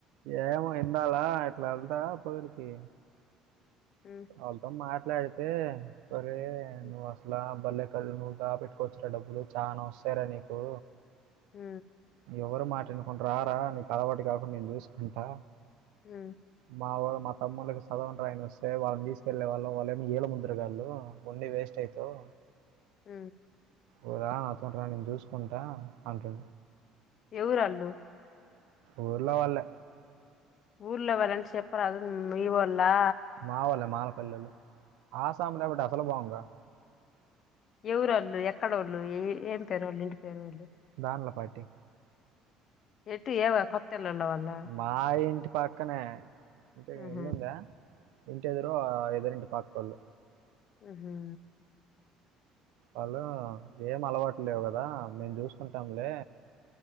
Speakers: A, on the right; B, on the left.
A: ఏమో ఇందాలా ఇట్లా వెళ్దా పొదలికి
B: ఉ
A: వాళ్ళతో మాట్లాడితే ఒరే
B: ఉమ్,
A: నువ్వు అసలు బలేె ళు నువ్వు దాపెట్టుకోవచ్చురా డబ్బులు చాలా వస్తాయి రా నీకు
B: హ
A: ఎవరు మాట వినకుండా రారా నీకు అలవాటు కాకుండా నేను చూసుకుంటా
B: హ
A: మా వాళ్ళ మా తమ్ముళ్లకి సదవవు రాయని వస్తుంది సే వాళ్ళని తీసుకెళ్ళలే వాళ్ళం వాళ్ళెమో ఏలి ముద్రగాళ్ళు వండి వేస్ట్ అవుతావ్
B: ఉ
A: ఓ రా నాతోటిరా నేను చూసుకుంటా అంటది
B: ఎవరళ్ళు
A: ఊర్లో వాల్లే
B: ఊళ్లో వాళ్లని చెప్పరాదు మీ ఓల్లా
A: మా ఒళ్ళే మాలపల్లోలు ఆ సాములుబట్టి అసలు బాగుంగా
B: ఎవరు వాళ్ళు ఎక్కడోళ్ళు ఎ ఏం పేరోళ్ళు ఇంటి పేరోళ్ళు
A: దాన్లపాటి
B: ఎట్టు ఎవ కొత్తిళ్ల ఉన్న వాళ్ళ
A: మా ఇంటి పక్కనే ఇంటి
B: ఆహా
A: ఇల్లుందా ఇంటి ఎదురు ఎదురింటి పక్కోళ్ళు
B: ఉహూ
A: వాళ్ళు ఏం అలవాటు లేవు కదా మేము చూసుకుంటాంలే